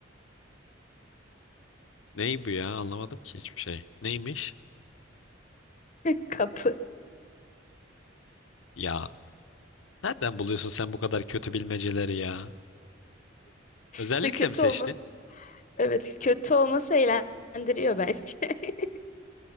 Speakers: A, on the left (about 80°); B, on the left (about 40°).
A: Ney bu ya? Anlamadım ki hiçbir şey. Neymiş?
B: <laughs> kapı.
A: Ya. Nereden buluyorsun sen bu kadar kötü bilmeceleri ya? Özellikle
B: İşte kötü
A: mi seçtin?
B: olması, evet kötü olması eğlendiriyor bence. <laughs>